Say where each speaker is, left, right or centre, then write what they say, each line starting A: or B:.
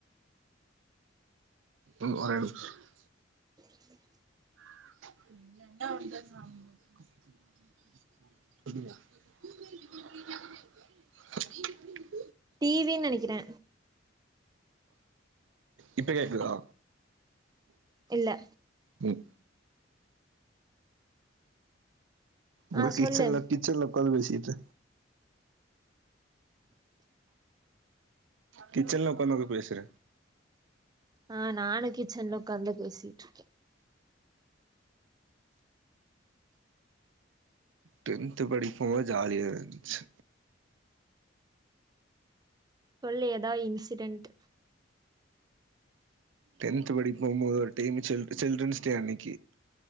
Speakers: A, on the right; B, on the right.
A: ம் ஒரே நிமிஷோ
B: ம்
A: <inaudible> <inaudible>
B: டிவின்னு நெனைக்கிறே
A: இப்ப கேக்குதா
B: இல்ல
A: ம் ஒங்க
B: ஆ
A: கிச்சன்ல
B: சொல்லு
A: கிச்சன்ல ஒக்காந் பேசிட்டு கிச்சன்ல ஒக்காந்து எதுக் பேசற
B: ஆ நானு கிச்சன்ல உக்காந் தா பேசிட்ருக்கே
A: டென்த்து படிப்போது ஜாலியா இந்துச்சு
B: சொல்லு எதா இன்சிடென்ட்
A: டென்த் படிக்க போம்போது ஒரு டைமு சில் சில்ரன்ஸ் டே அன்னைக்கு